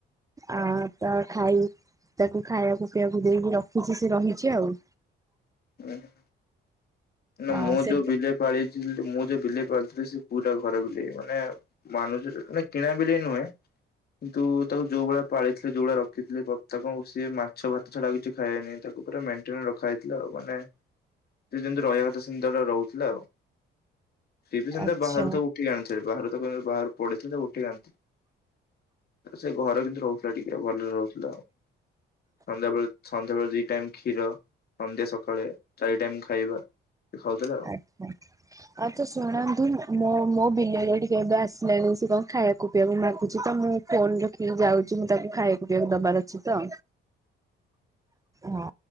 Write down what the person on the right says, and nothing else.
ଆ ତା ଖାଇ ତାକୁ ଖାଇଆକୁ ପିଇଆକୁ ଦେଇକି ରଖିଚି ସେ ରହିଚି ଆଉ।
ଆଉ
ସେ
ଆଚ୍ଛା
ଆଜ୍ଞା। ଆଛା ଶୁଣନ୍ତୁ ମୋ ମୋ ବିଲେଇ ଟିକେ ଏବେ ଆସିଲାଣି ସେ କଣ ଖାଇବାକୁ ପିଇବାକୁ ମାଗୁଛି ତ ମୁଁ ଫୋନ ରଖିକି ଯାଉଚି ମୁଁ ତାକୁ ଖାଇବାକୁ ପିଇବାକୁ ଦବାର ଅଛି ତ। ହଁ।